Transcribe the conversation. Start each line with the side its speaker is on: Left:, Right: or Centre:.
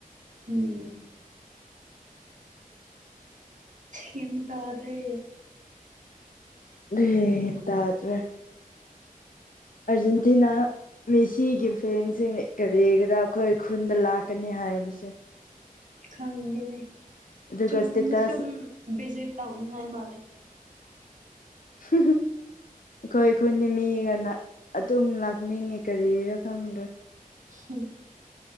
Right: ꯎꯝ ꯌꯦꯗꯗ꯭ꯔꯦ
Left: ꯍ ꯏꯟꯗꯗ꯭ꯔꯦ ꯑꯥꯔꯖꯦꯟꯇꯤꯅꯥ ꯃꯤꯁꯤꯒꯤ ꯐꯦꯟꯁꯤꯡ ꯀꯔꯤꯒꯔꯥ ꯑꯩꯈꯣꯏ ꯈꯨꯟꯗ ꯂꯥꯛꯀꯅꯤ ꯍꯥꯏ ꯊꯦ ꯄꯁ
Right: ꯈꯪꯗꯅꯦ
Left: ꯑꯗꯨꯒ
Right: ꯆꯨꯝꯅ
Left: ꯁ꯭ꯇꯦꯇꯁ
Right: ꯁꯨꯝ ꯕꯤꯖꯤꯦ ꯇꯧꯅꯤꯡꯉꯥꯏ ꯃꯥꯜꯂꯦ
Left: ꯍ ꯑꯩꯈꯣꯏ ꯈꯨꯟꯗꯤ ꯃꯤꯒꯅ ꯑꯗꯨꯝ ꯂꯥꯛꯅꯤꯡꯉꯤ ꯀꯔꯤꯔ ꯈꯪꯗ꯭ꯔꯦ
Right: ꯎꯝ